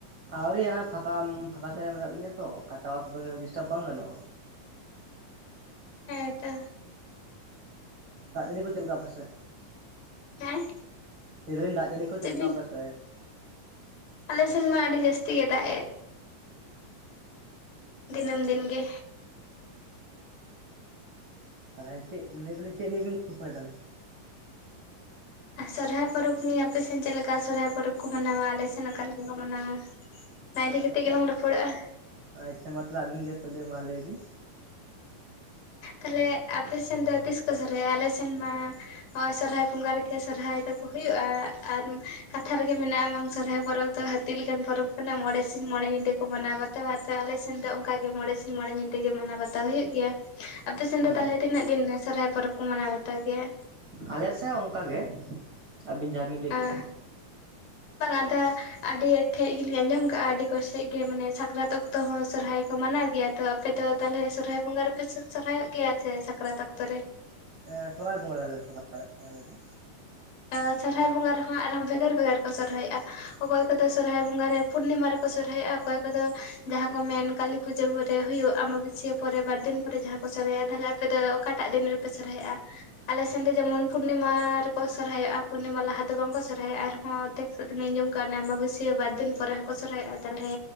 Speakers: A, on the right; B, on the left.
A: ᱟᱣᱨᱤ‌ ᱦᱟᱸᱜ ᱯᱷᱟᱸᱠᱟᱢ ᱯᱷᱟᱸᱠᱟ ᱥᱮᱜ ᱨᱮ ᱢᱮᱱᱟᱜ ᱞᱤᱧᱟᱹ ᱛᱚ ᱴᱟᱣᱟᱨ ᱠᱚ ᱫᱚ ᱰᱤᱥᱴᱟᱵᱽ ᱵᱟᱝ ᱜᱟᱱᱚᱜ-ᱟ᱾
B: ᱦᱮᱸᱛᱚ᱾
A: ᱫᱟᱜ ᱡᱟᱹᱲᱤ ᱠᱚ ᱪᱮᱜ ᱞᱮᱠᱟ ᱟᱯᱮ ᱥᱮᱜ?
B: ᱦᱮᱸ
A: ᱫᱟᱞᱤᱧ ᱫᱟᱜ ᱡᱟᱹᱲᱤ ᱠᱚ ᱪᱮᱫ
B: ᱪᱤᱫ
A: ᱞᱮᱠᱟ
B: ᱵᱤᱱᱼᱼ
A: ᱟᱯᱮᱥᱮᱫ
B: ᱟᱞᱮ ᱥᱮᱱ ᱢᱟ ᱟᱹᱰᱤ ᱡᱟᱹᱥᱛᱤ ᱜᱮ ᱫᱟᱜ ᱮᱫ᱾
A: ᱟᱪᱪᱷᱟ ᱟᱪᱷᱟ᱾
B: ᱫᱤᱱᱟᱹᱢ ᱫᱤᱱ ᱜᱮ᱾
A: ᱩᱸ᱾ ᱛᱟᱦᱚᱞᱮ ᱪᱮᱜ ᱞᱟᱹᱭ ᱫᱟᱹᱞᱤᱧ ᱪᱮᱜ ᱱᱤᱭᱟᱹ ᱵᱤᱱ ᱜᱚᱞᱯᱷᱚᱭᱟ ᱛᱟᱦᱚᱞᱮ?
B: ᱟᱨ ᱥᱚᱨᱦᱟᱭ ᱯᱚᱨᱚᱵᱽ ᱱᱤᱭᱟᱹ ᱟᱯᱮ ᱥᱮᱱ ᱪᱮᱜ ᱞᱮᱠᱟ ᱥᱚᱨᱦᱟᱭ ᱯᱚᱨᱚᱵᱽ ᱠᱚ ᱢᱟᱱᱟᱣᱟ ᱟᱞᱮ ᱥᱮᱱ ᱚᱠᱟ ᱞᱮᱠᱟ ᱠᱚ ᱢᱟᱱᱟᱣᱟ᱾
A: ᱦᱩᱸᱻ
B: ᱚᱱᱟ ᱤᱫᱤ
A: ᱟᱞᱮ
B: ᱠᱟᱛᱮᱜ
A: ᱥᱮᱜ
B: ᱜᱮᱞᱟᱝ ᱨᱚᱯᱚᱲᱚᱜᱼᱟ
A: ᱟᱪᱪᱷᱟ ᱢᱟ ᱛᱟᱦᱚᱞᱮ ᱟᱵᱤᱱ ᱜᱮ ᱯᱟᱹᱭᱞᱟᱹ ᱢᱟ ᱞᱟᱹᱭ ᱵᱤᱱ?
B: ᱛᱟᱞᱦᱮ ᱟᱯᱮ ᱥᱮᱱ ᱫᱚ ᱛᱤᱥ ᱠᱚ ᱥᱚᱨᱦᱟᱭᱚᱜ-ᱟ ᱟᱞᱮ ᱥᱮᱱ ᱢᱟᱼᱼ ᱱᱚᱣᱭ ᱥᱚᱨᱦᱟᱭ ᱵᱚᱸᱜᱟ ᱨᱮᱜᱮ ᱥᱚᱨᱦᱟᱭ ᱫᱚ ᱠᱩ ᱦᱩᱭᱩᱜ-ᱟ ᱟᱨ ᱠᱟᱛᱷᱟ ᱨᱮᱼᱼ ᱜᱮ ᱢᱮᱱᱟᱜ-ᱟ ᱵᱟᱝ ᱥᱚᱨᱦᱟᱭ ᱯᱚᱨᱚᱵᱽ ᱫᱚ ᱦᱟᱹᱛᱤ ᱞᱮᱠᱟᱱ ᱯᱚᱨᱚᱵᱽ ᱠᱟᱱᱟ ᱢᱚᱬᱮ ᱥᱤᱧ ᱢᱚᱬᱮ ᱧᱤᱫᱟᱹ ᱠᱚ ᱢᱟᱱᱟᱣ ᱵᱟᱛᱼᱼ ᱛᱟᱣᱟ ᱛᱚ ᱟᱞᱮ ᱥᱮᱱ ᱫᱚ ᱚᱱᱠᱟ ᱜᱮ ᱢᱚᱬᱮ ᱥᱤᱧ ᱢᱚᱬᱮ ᱧᱤᱫᱟᱹ ᱜᱤ ᱢᱟᱱᱟᱣ ᱵᱟᱛᱟᱣ ᱦᱩᱭᱩᱜᱼᱼ ᱜᱮᱭᱟ, ᱟᱯᱮ ᱥᱮᱱ
A: ᱦᱩᱸ
B: ᱫᱚ ᱛᱟᱞᱦᱮ ᱛᱤᱱᱟᱹᱜ ᱫᱤᱱ ᱥᱚᱨᱦᱟᱭ ᱯᱚᱨᱚᱵᱽ ᱠᱚ ᱢᱟᱱᱟᱣ ᱵᱟᱛᱟᱣ ᱜᱮᱭᱟ?
A: ᱟᱞᱮ ᱥᱮᱜ ᱦᱚᱸ ᱚᱝᱠᱟ ᱜᱮ ᱟᱹᱵᱤᱱ ᱡᱟᱦᱟᱸ ᱵᱤᱱ ᱞᱟᱹᱭ ᱠᱮᱫᱟ᱾
B: ᱟᱨ ᱵᱟᱝ ᱟᱫᱚ ᱟᱹᱰᱤ ᱴᱷᱮᱡ ᱜᱮᱞᱤᱧ ᱟᱸᱡᱚᱢ ᱠᱟᱜ-ᱟ ᱟᱹᱰᱤ ᱠᱚᱥᱮᱜ ᱜᱮ ᱢᱟᱱᱮ ᱥᱟᱠᱨᱟᱛ ᱚᱠᱼᱼ ᱛᱚ ᱦᱚᱸ ᱥᱚᱨᱦᱟᱭ ᱠᱚ ᱢᱟᱱᱟᱣ ᱜᱮᱭᱟ᱾ ᱛᱚ ᱟᱯᱮ ᱫᱚ ᱛᱟᱞᱦᱮ ᱥᱚᱨᱦᱟᱭ ᱵᱚᱸᱜᱟ ᱨᱮᱯᱮ ᱥᱚᱨᱦᱟᱭᱚᱜ ᱜᱮᱭᱟ, ᱥᱮ ᱥᱟᱠᱨᱟᱛ ᱚᱠᱛᱚ ᱨᱮ?
A: ᱮᱸ ᱥᱚᱨᱦᱟᱭ ᱵᱚᱸᱜᱟ ᱜᱮᱞᱮ ᱥᱚᱨᱦᱟᱭᱚᱜ ᱜᱮᱭᱟ ᱟᱞᱮ ᱫᱚ᱾
B: <unintelligible> ᱥᱚᱨᱦᱟᱭ ᱵᱚᱸᱜᱟ ᱨᱮᱦᱚᱸ ᱟᱨᱦᱚᱸ ᱵᱷᱮᱜᱟᱨ ᱵᱷᱮᱜᱟᱨ ᱠᱚ ᱥᱚᱨᱦᱟᱭᱚᱜ-ᱟ ᱚᱠᱚᱭ ᱠᱚᱫᱚ ᱥᱚᱨᱦᱟᱭ ᱵᱚᱸᱜᱟ ᱨᱮᱼᱼ ᱯᱩᱨᱱᱤᱢᱟ ᱨᱮᱠᱚ ᱥᱚᱨᱦᱟᱭᱚᱜ-ᱟ ᱚᱠᱚᱭ ᱠᱚᱫᱚ ᱡᱟᱦᱟᱸ ᱠᱚ ᱢᱮᱱ ᱠᱟᱞᱤ ᱯᱩᱡᱟᱹ ᱠᱚᱨᱮ ᱦᱩᱭᱩᱜ ᱟᱢᱵᱟ ᱵᱟᱹᱥᱭᱟᱹ ᱯᱚᱨᱮ ᱵᱟᱨ ᱫᱤᱱᱼᱼ ᱛᱟᱯᱚᱨᱮ ᱡᱟᱦᱟᱸ ᱠᱚ ᱥᱚᱨᱦᱟᱭᱚᱜᱼᱟ ᱛᱟᱦᱚᱞᱮ ᱟᱯᱮ ᱫᱚ ᱚᱠᱟᱴᱟᱜ ᱫᱤᱱ ᱨᱮᱯᱮ ᱥᱚᱨᱦᱟᱭᱚᱜᱼᱟ ᱟᱞᱮ ᱥᱮᱱ ᱡᱮᱢᱚᱱ ᱯᱩᱨᱱᱤᱢᱟ ᱨᱮᱠᱚ ᱥᱚᱨᱦᱟᱭᱚᱜᱼᱟ ᱯᱩᱱᱩᱨᱱᱤᱢᱟ ᱞᱟᱦᱟ ᱫᱚ ᱵᱟᱝᱠᱚ ᱥᱚᱨᱦᱟᱭᱚᱜ ᱟᱨᱦᱚᱸ ᱟᱫᱷᱮᱠ ᱥᱮᱫ ᱛᱤᱱᱟᱹᱜ ᱤᱧ ᱟᱸᱡᱚᱢ ᱠᱟᱜᱼᱟ ᱚᱱᱟ ᱟᱹᱢᱵᱟᱹᱥᱭᱟ ᱵᱟᱨ ᱫᱤᱱ ᱯᱚᱨᱮ ᱦᱚᱸ ᱥᱚᱨᱦᱟᱭᱚᱜᱼᱟ ᱛᱟᱦᱚᱞᱮ